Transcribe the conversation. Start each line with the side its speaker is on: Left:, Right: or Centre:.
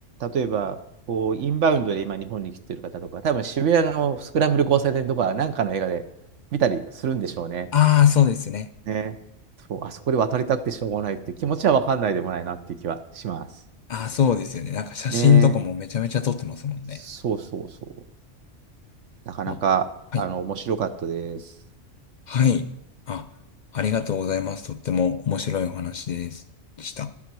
Right: 例えば、こう、インバウンドで今日本に来てる方とか、多分渋谷のスクランブル交差点とか、なんかの映画で見たりするんでしょうね。
Left: ああ、そうですね。
Right: ね。そう、あそこで渡りたくてしょうがないっていう気持ちは分かんないでもないなっていう気はします。
Left: ああ、そうですよね。なんか写真とかもめちゃめちゃ撮ってますもんね。
Right: ね。そうそうそう。なかなか、
Left: あ、はい、
Right: あの、面白かったです。
Left: はい。あ、ありがとうございます。とっても面白いお話ですでした。